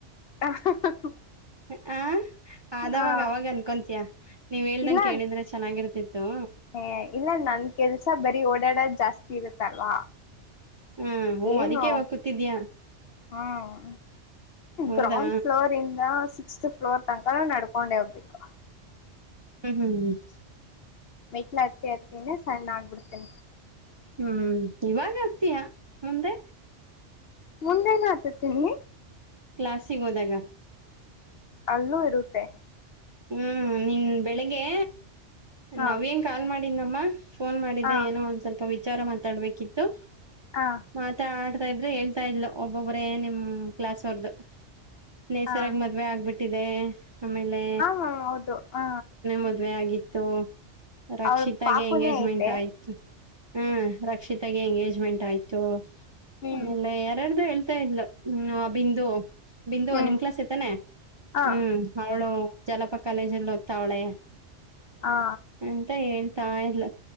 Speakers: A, on the left; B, on the right.
A: <inaudible>
B: ಹ್ಮ್ ಆದವಾಗ
A: ಹಾ
B: ಅವಾಗ ಅನ್ಕೊತಿಯ. ನೀವ್ ಹೇಳ್ದಂ
A: ಇಲ್ಲ
B: ಕೇಳಿದ್ರೆ ಚೆನ್ನಾಗಿರ್ತಿತ್ತು.
A: ಏ ಇಲ್ಲ ನನ್ ಕೆಲ್ಸ ಬರೀ ಓಡಾಡದ ಜಾಸ್ತಿ ಇರುತ್ತಲ್ವಾ,
B: ಹ್ಮ್ ಓ
A: ಏನು
B: ಅದಕ್ಕೆ ಇವಾಗ ಕೂತಿದ್ಯಾ
A: ಹ್ಮ್.
B: ಹೌದಾ
A: ಗ್ರೌಂಡ್ ಫ್ಲೋರ್ ಇಂದ ಸಿಕ್ಸ್ತ್ ಫ್ಲೋರ್ ತನಕ ನಡ್ಕೊಂಡೆ ಹೋಗ್ಬೇಕು.
B: ಹ್ಮ್, ಹ್ಮ್, ಹ್ಮ
A: ಮೈಟ್ಲ ಹತ್ತಿ ಹತ್ತಿನೇ ಸಣ್ಣ ಆಗ್ಬಿಡತೇ
B: ಹ್ಮ್ ಇವಾಗ ಹತ್ತಿಯಾ ಮುಂದೆ
A: ಮುಂದೇನು ಹತತೀನಿ
B: ಕ್ಲಾಾಸಿಗೆ ಹೋದಾಗ
A: ಅಲ್ಲೂ ಇರುತ್ತೆ
B: ಹ್ಞ ನಿನ್ನ ಬೆಳಿಗ್ಗೆ
A: ಹಾ
B: ನವ್ಯಗ ಕಾಲ್ ಮಾಡಿದ್ದಮ್ಮ ಫೋನ್ ಮಾಡಿದ್ದ
A: ಹಾ
B: ಏನೋ ಒಂದ್ ಸ್ವಲ್ಪ ವಿಚಾರ ಮಾತಾಡ್ಬೇಕಿತ್ತು
A: ಹಾ
B: ಮಾತಾಡ್ತಾ ಇದ್ರೆ ಹೇಳ್ತಾ ಇದ್ಲು ಒಬ್ಬೊಬ್ಬರೇ ನಿಮ್ಮ್ ಕ್ಲಾಸ್ ಅವರ್ದು ನೇಸರಗ
A: ಹಾ ಹ
B: ಮ ಮದುವೆ ಆಗ್ಬಿಟ್ಟಿದೆ ಆಮೇಲೆ
A: ಮ್ಯಾಮ್ ಹೌದು ಹ
B: ಮದವೆ ಆಗಿತ್ತು ರಕ್ಷಿತಾ
A: ಅವಳ ಪಾಪುನೇ
B: ಗೆ ಎಂಗೇಜ್ಮೆಂಟ್
A: ಐತೆ
B: ಆಯಿತು ಹ್ಮ ರಕ್ಷಿತಾಗ ಎಂಗೇಜ್ಮೆಂಟ್ ಆಯ್ತು
A: ಹ್ಮ್
B: ಆಮೇಲೆ ಯಾರಾರ್ದು ಹೇಳ್ತಾ ಇದ್ಲು ಹ್ಮ್ ಬಿಂದು ಬಿಂದು
A: ಹ್ಮ್
B: ನಿಮ್ ಕ್ಲಾಸ್ ತಾನೆ
A: ಹಾ
B: ಹ್ಮ್ ಅವಳು ಜಲಪ ಕಾಲೇಜಲ್ಲಿ ಓದ್ತಾವಳೆ
A: ಹಾ
B: ಅಂತ ಹೇಳ್ತಾ ಇದ್ಲು